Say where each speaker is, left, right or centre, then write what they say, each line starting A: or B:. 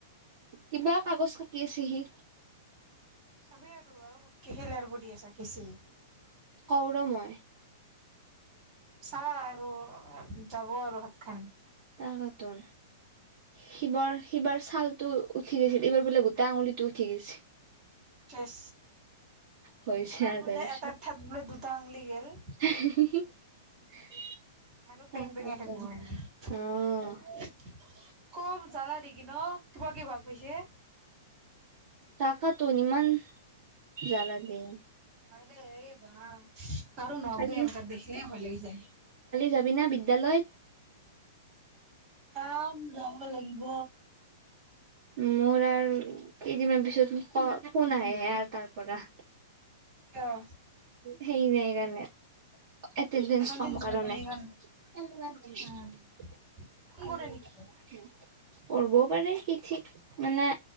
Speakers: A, on the right; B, on the right.
A: কিবা কাগজ কতি আছেহি।
B: চাবি আৰু -আৰু কআৰু দি আছা কেচি
A: কওঁ ৰহ মই।
B: চা আৰু যাব আৰু হাত খান।
A: তাহাতৰ শিৱৰ -শিৱৰ ছালতটো উঠি গৈছিল এইবাৰ বোলে গোটা আঙুলিটো উঠি গৈছে।
B: চেছ।
A: হৈছে
B: এইবাৰ
A: আৰু
B: বোলে
A: তাৰপিছত
B: এটা ঠাইত বোলে দুটা। টা আঙুলি গেল।
A: <unintelligible> <inaudible>
B: আৰু পেং পেঙাই
A: তাকেতোন
B: ঠাকব
A: অ',
B: <unintelligible> খুব জালা দি <unintelligible> কি ভাল পাইছে।
A: তাকেতোন ইমান জ্বালা দিয়ে।
B: হয় দেই বা কাৰো নওখ
A: কালি
B: দে এনেকা দেখিলে ভয় লাগি যায় দে
A: যাবি না বিদ্যালয়ত
B: আহ যাব লাগিব
A: মোৰ আৰু কেইদিনমান পিছত ফোন আহেহে আৰু তাৰ পৰা
B: কিয়
A: সেই যে এইকাৰণে এতেন্দেন্স
B: ইমান
A: কম
B: দিন যোৱা
A: কাৰণ
B: নাই সেইকাৰণে।
A: কৰিবও
B: উম ফোন কৰে নেকি?
A: পাৰে কি ঠিক মানে